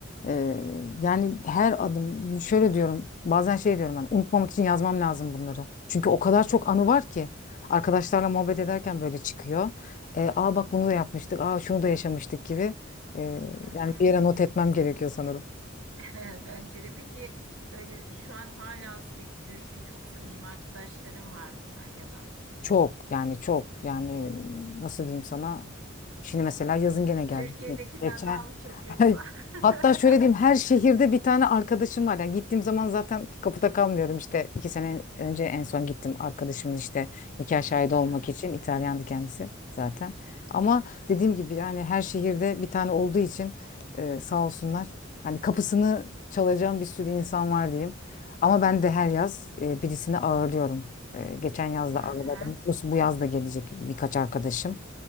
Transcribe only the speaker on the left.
e, yani her adım şöyle diyorum. Bazen şey diyorum hani unutmamak için yazmam lazım bunları. Çünkü o kadar çok anı var ki arkadaşlarla muhabbet ederken böyle çıkıyor. E, aa bak bunu da yapmıştık. Aa şunu da yaşamıştık gibi. E,
yani
bir yere not etmem gerekiyor sanırım.
Çok yani çok yani nasıl diyeyim sana? Şimdi mesela yazın gene geldik.
Ge- Geçen
<laughs> hatta
şöyle diyeyim her şehirde bir tane arkadaşım var. Yani gittiğim zaman zaten kapıda kalmıyorum işte iki sene önce en son gittim arkadaşımın işte nikah
şahidi
olmak için İtalyandı kendisi zaten. Ama dediğim gibi yani her şehirde bir tane olduğu için e, sağ olsunlar. Hani kapısını çalacağım bir sürü insan var diyeyim. Ama ben de her yaz e, birisini ağırlıyorum. Ee, geçen yaz
da ağırladım.
Bu, bu yaz da gelecek birkaç arkadaşım.